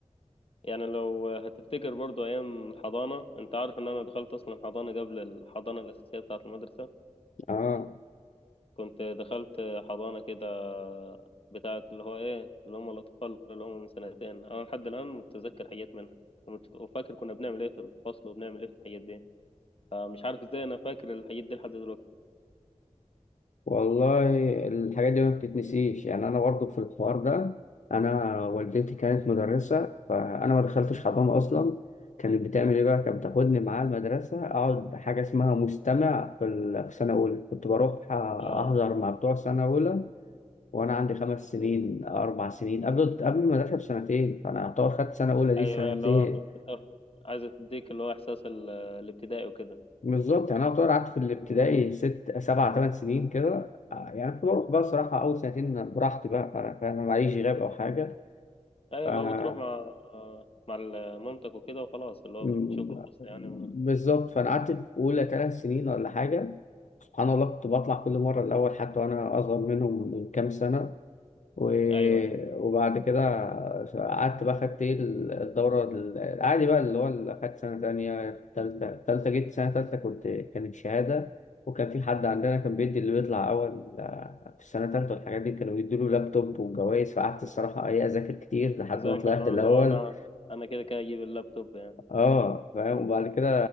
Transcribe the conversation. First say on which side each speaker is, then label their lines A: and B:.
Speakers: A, on the left; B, on the left.
A: يعني لو هتفتكر برضو ايام الحضانة انت عارف ان انا دخلت اصلا حضانة قبل الحضانة الاساسية بتاعة المدرسة
B: اه
A: كنت دخلت حضانة كده بتاعة اللي هو إيه اللي هم الأطفال اللي هم من سنتين أنا لحد الآن متذكر حاجات منها ومت- وفاكر كنا بنعمل إيه في الفصل وبنعمل إيه في الحاجات دي فمش عارف إزاي أنا فاكر الحاجات دي لحد دلوقتي
B: والله الحاجات دي ما بتتنسيش يعني انا برضه في الحوار ده انا والدتي كانت مدرسه فانا ما دخلتش حضانه اصلا كانت بتعمل ايه بقى كانت بتاخدني معاها المدرسه اقعد حاجه اسمها مستمع في ال- في سنه اولى كنت بروح احضر
A: آه
B: مع بتوع سنه اولى وانا عندي خمس سنين اربع سنين قبل قبل المدرسه بسنتين فانا اعتبر خدت سنه اولى دي
A: أيوه
B: سنتين
A: اللي هو بتاع- عايزة تديك اللي هو إحساس ال- الابتدائي وكده
B: بالظبط يعني انا طبعا قعدت في الابتدائي ست سبع ثمان سنين كده آه، يعني كنت بروح بقى الصراحه اول سنتين براحتي بقى انا فاهم معيش غياب او حاجه
A: أيوه
B: آه،
A: اللي هو بتروح مع مع ال- مامتك وكده وخلاص اللي هو
B: م-
A: بتشوف الفصل يعني ما-
B: بالظبط فانا قعدت في اولى ثلاث سنين ولا حاجه سبحان الله كنت بطلع كل مره الاول حتى وانا اصغر منهم من كام سنه و-
A: أيوه أيوه
B: وبعد كده قعدت بقى خدت ايه ال- الدورة ال- العادي بقى اللي هو اللي خدت سنة تانية تالتة تالتة جيت سنة تالتة كنت كانت شهادة وكان في حد عندنا كان بيدي اللي بيطلع أول آه، في السنة التالتة والحاجات دي كانوا بيدوله لابتوب وجوائز فقعدت الصراحة ايه أذاكر كتير لحد
A: تذاكر
B: ما طلعت الأول
A: آه، اللي هو أنا أنا كده كده أجيب اللابتوب يعني
B: اه فاهم وبعد كده